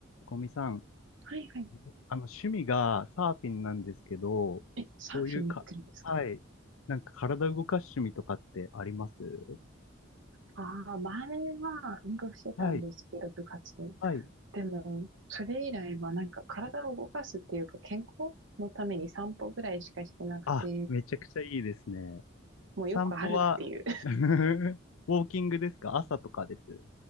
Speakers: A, on the left; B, on the right.
A: こみさん、
B: はいはい。
A: 自分あの趣味がサーフィンなんですけど、
B: え、サーフィンやってるんですか
A: そういうか、はい、なんか体動かす趣味とかってあります
B: ああ前は運動してたんですけど、
A: はい、
B: 部活で。
A: はい。
B: でも、それ以来はなんか体を動かすっていうか、健康のために散歩ぐらいしかしてなくて、
A: あ、めちゃくちゃいいですね。
B: もうよくあるっていう。
A: 散歩は、<laughs> ウォーキングですか朝とかです。